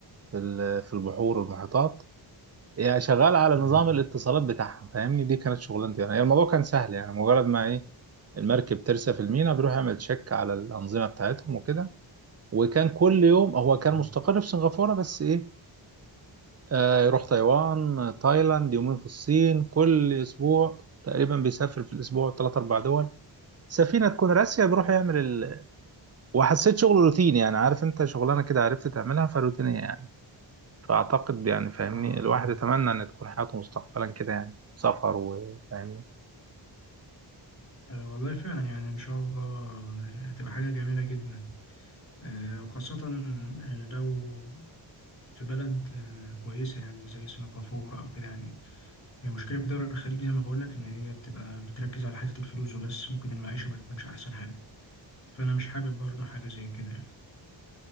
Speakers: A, on the right; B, on the left.
A: في ال- في البحور والمحيطات يعني شغال على
B: مم.
A: نظام الاتصالات بتاعها فاهمني دي كانت شغلانتي يعني الموضوع كان سهل يعني مجرد ما ايه المركب ترسى في الميناء بيروح يعمل تشيك على الانظمه بتاعتهم وكده وكان كل يوم هو
B: اه
A: كان مستقر في سنغافوره بس ايه آه يروح تايوان آه، تايلاند يومين في الصين كل اسبوع تقريبا بيسافر في الاسبوع ثلاث اربع دول سفينه تكون راسيه بيروح يعمل ال... وحسيت شغله روتيني يعني عارف انت شغلانه كده عرفت تعملها فروتينيه يعني فأعتقد يعني فاهمني
B: اه اه
A: الواحد يتمنى إن تكون حياته مستقبلا كده يعني سفر وفاهمني
B: آه، والله فعلا يعني ان شاء الله هتبقى حاجة جميلة جدا آه، وخاصة آه، لو في بلد آه، كويسة يعني زي سنغافورة او كده يعني هي مشكلة في الدول الخليج زي ما بقول لك إن هي بتبقى بتركز على حتة الفلوس وبس ممكن المعيشة ما تكونش أحسن حاجة فأنا مش حابب برضه حاجة زي كده يعني